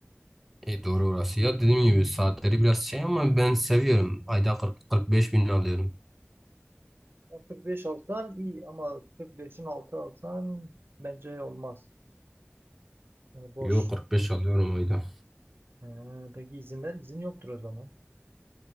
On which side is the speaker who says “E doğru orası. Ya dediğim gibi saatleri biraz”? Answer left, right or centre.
Centre